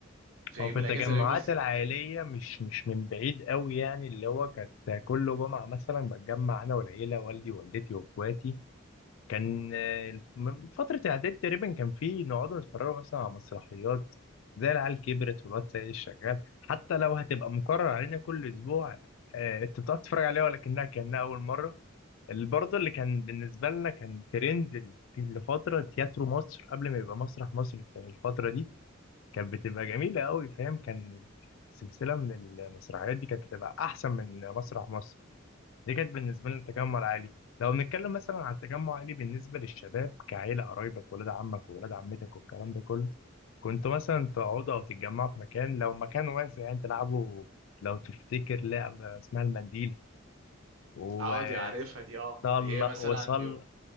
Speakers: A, on the right; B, on the left.
A: في
B: هو
A: يوم
B: في
A: الاجازه
B: التجمعات
A: ولا يوم ال...
B: العائليه مش مش من بعيد قوي يعني اللي هو كانت كل جمعه مثلا بتجمع انا والعيله والدي ووالدتي واخواتي كان آه، من فتره اعداد تقريبا كان في نقعد نتفرج مثلا على مسرحيات زي العيال كبرت والواد سيد الشغال حتى لو هتبقى مكرر علينا كل اسبوع آه، انت بتقعد تتفرج عليها ولكنها كانها اول مره اللي برضه اللي كان بالنسبة لنا كان ترند ال- في لفترة تياترو مصر قبل ما يبقى مسرح مصر في الفترة دي كانت بتبقى جميلة قوي فاهم كان سلسلة من المسرحيات دي كانت بتبقى أحسن من مسرح مصر دي كانت بالنسبة لنا التجمع العالي لو بنتكلم مثلا عن التجمع العالي بالنسبة للشباب كعيلة قرايبك ولاد عمك وولاد عمتك والكلام ده كله كنتوا مثلا تقعدوا أو تتجمعوا في مكان لو مكان واسع يعني تلعبوا لو تفتكر لعبة اسمها المنديل و
A: اه دي عارفها دي اه
B: صل
A: اللي هي مثلا
B: وصل